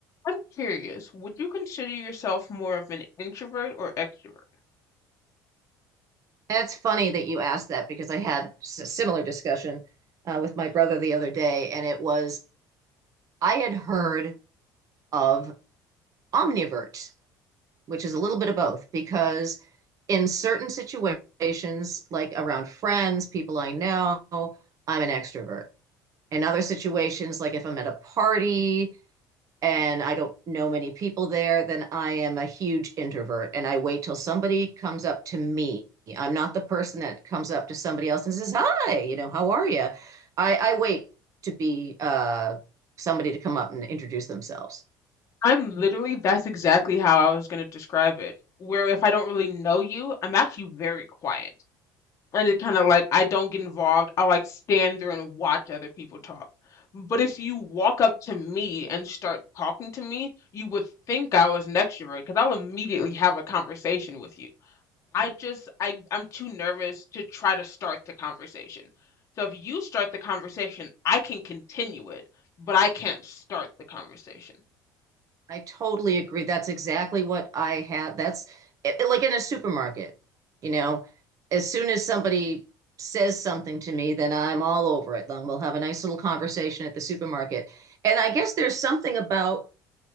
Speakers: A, on the left; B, on the right.
A: I'm curious, would you consider yourself more of an introvert or extrovert?
B: That's funny that you asked that because I had s- a similar discussion uh, with my brother the other day, and it was I had heard of omnivert, which is a little bit of both, because in certain situations, like around friends, people I know, I'm an extrovert. In other situations, like if I'm at a party and I don't know many people there, then I am a huge introvert and I wait till somebody comes up to me. I'm not the person that comes up to somebody else and says, Hi, you know, how are you? I, I wait to be uh, somebody to come up and introduce themselves.
A: I'm literally, that's exactly how I was going to describe it. Where if I don't really know you, I'm actually very quiet. And it kind of like, I don't get involved. I like stand there and watch other people talk. But if you walk up to me and start talking to me, you would think I was an extrovert because I'll immediately have a conversation with you. I just I I'm too nervous to try to start the conversation. So if you start the conversation, I can continue it, but I can't start the conversation.
B: I totally agree. That's exactly what I have. That's it, it- like in a supermarket, you know, as soon as somebody says something to me, then I'm all over it. Then we'll have a nice little conversation at the supermarket. And I guess there's something about